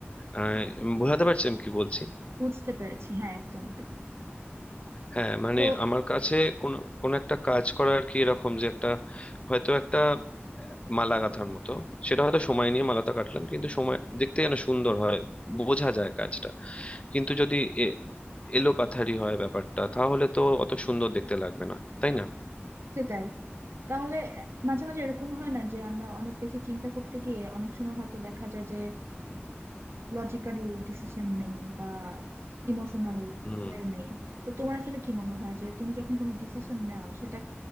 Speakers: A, on the left; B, on the right.
A: আহ, বোঝাতে পারছি আমি কি বলছি
B: বুঝতে পেরেছি হ্যাঁ একদম
A: হ্যাঁ মানে
B: তো
A: আমার কাছে কোন কোন একটা কাজ করার কি এরকম যে একটা হয়তো একটা মালা গাঁথার মতো সেটা হয়তো সময় নিয়ে মালাটা কাটলাম কিন্তু সময় দেখতে যেন সুন্দর হয় বোঝা যায় কাজটা কিন্তু যদি এ- এলোপাথারি হয় ব্যাপারটা তাহলে তো অত সুন্দর দেখতে লাগবে না তাই না
B: সেটাই তাহলে মাঝে মাঝে এরকম হয় না যে আমরা অনেক বেশি চিন্তা করতে গিয়ে অনেক সময় হয়তো দেখা যায় যে লজিক্যাল ডিসিশন নেই বা ইমোশনাল
A: হুম
B: হয়ে নেই তো তোমার আসলে কি মনে হয় যে তুমি যখন কোনো ডিসিশন নাও সেটা